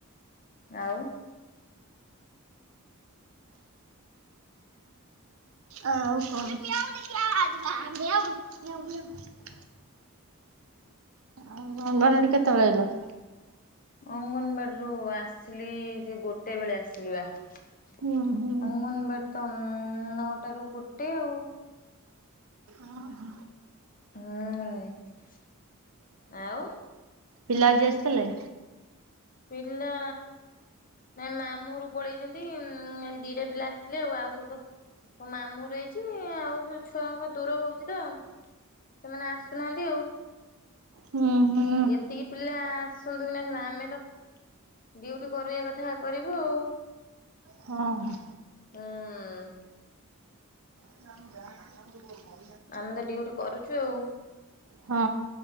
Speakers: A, on the left; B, on the right.
A: ଆଉ? <inaudible>
B: ଆଉ କଣ? <unintelligible> ଅଙ୍ଗନବାଡିରୁ କେତେବେଳେ ଆଇଲ?
A: ଅଙ୍ଗନବାଡିରୁୁ ଆସିଲି ସେ ଗୋଟେ ବେଳେ ଆସିଲି ବା। ଅଙ୍ଗନବାଡିତ
B: ହୁଁ ହୁଁ।
A: ତ ନଅଟାରୁ ଗୋଟେ ଆଉ।
B: ଅହ।
A: ହୁଁ, ଆଉ
B: ପିଲା ଆଜି ଆସିଥିଲେ?
A: ପିଲା ନାଇଁ ମାମୁଁଘରକୁ ପଳେଇଛନ୍ତି। ଦିଟା ପିଲା ଆସିଥିଲେ ଆଉ। ଆଉ ସବୁତ ମାମୁଁ ଘର ଯାଇଚି। ଆଉ ସବୁ ଛୁଆଙ୍କ ଦୂର ହଉଛି ତ ସେମାନେ ଆସୁନାହାନ୍ତି ଆଉ।
B: ହୁଁ ହୁଁ।
A: ଯେତିକି ପିଲା ଆସନ୍ତୁ କି ନାସୁନା ଆମେ ତ ଡୁଟି କରିବା କଥା କରିବୁ ଆଉ।
B: ହଁ।
A: ହଁ।
B: ଯା
A: ଆମେ ତ ଡଉଟି କରୁଛୁ ଆଉ
B: ହଁ